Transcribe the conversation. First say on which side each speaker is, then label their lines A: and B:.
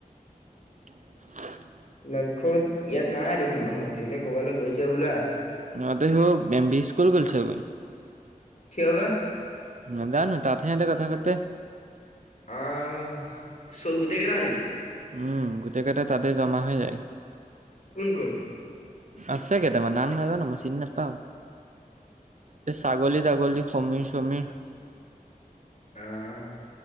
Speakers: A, on the right (about 55°); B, on the left (about 55°).
A: <unintelligible>
B: লক্ষ্যত ইয়াত নাই দেখোন ঘৰত এহ ক'ৰবালৈ গৈছে বোলে।
A: অ দে হ এম বি স্কুল কছে ব <inaudible>
B: খবা <inaudible>
A: নাজানো তাতে কথা পাতে। <inaudible>
B: আহ চব গোটেই কেইটা নেকি?
A: উম, গোটেই কেইটা তাতে জমা হৈ যায়।
B: কোন কোন?
A: আছে কেইটামান নাম নাজানো মই চিনি নাপাও। এই ছাগলী তাগলী সমীৰ সমীৰ।
B: অঁ।